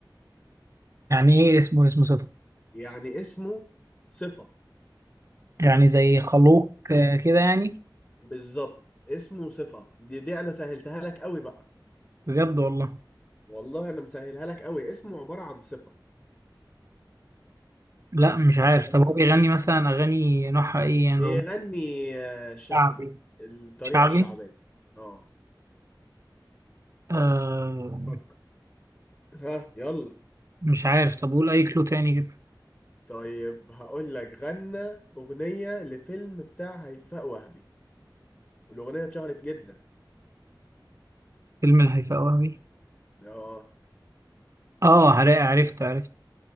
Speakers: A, on the right; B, on the left.
A: يعني ايه اسمه اسمه صفر
B: يعني اسمه صفة
A: يعني زي خلوق آه كده يعني
B: بالظبط اسمه صفة دي دي انا سهلتها لك قوي بقى
A: بجد والله
B: والله انا مسهلها لك قوي اسمه عبارة عن صفة
A: لا مش عارف
B: تمام؟
A: طب هو بيغني مثلا اغاني نوعها ايه يعني
B: بيغني
A: رومانسي
B: آه، شعبي
A: شعبي
B: الطريقة
A: شعبي
B: الشعبية اه
A: آه
B: فكر ها يلا
A: مش عارف طب قول اي كلو تاني كده
B: طيب هقول لك غنى أغنية لفيلم بتاع هيفاء وهبي والأغنية اتشهرت جدا
A: فيلم الهيفاء وهبي
B: اه
A: اه عرفت عرفت عرفت